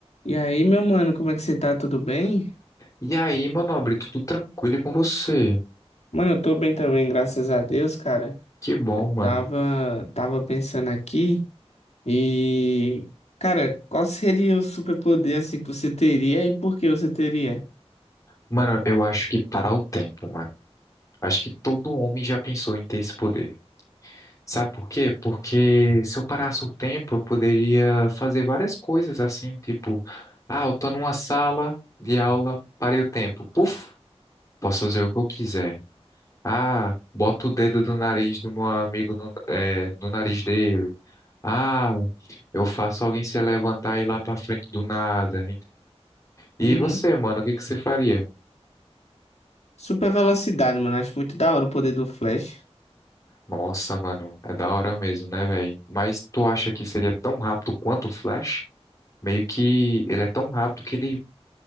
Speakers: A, on the left; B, on the left.
A: E aí, meu mano, como é que você tá? Tudo bem?
B: E aí, meu nobre, tudo tranquilo com você?
A: Mano, eu tô bem também, graças a Deus, cara.
B: Que bom,
A: Eu tava,
B: mano.
A: tava pensando aqui e, cara, qual seria o superpoder assim que você teria e por que você teria?
B: Mano, eu acho que parar o tempo, mano. Acho que todo homem já pensou em ter esse poder. Sabe por quê? Porque se eu parasse o tempo, eu poderia fazer várias coisas assim, tipo, ah, eu tô numa sala de aula, parei o tempo. Puf, posso fazer o que eu quiser. Ah, boto o dedo do nariz do meu amigo no, é, no nariz dele. Ah, eu faço alguém se levantar e ir lá pra frente do nada, E
A: Uhum.
B: você, mano, o que que você faria?
A: Super velocidade, mano. Acho muito da hora o poder do Flash.
B: Nossa, mano, é da hora mesmo, né, velho? Mas tu acha que seria tão rápido quanto o Flash? Meio que ele é tão rápido que ele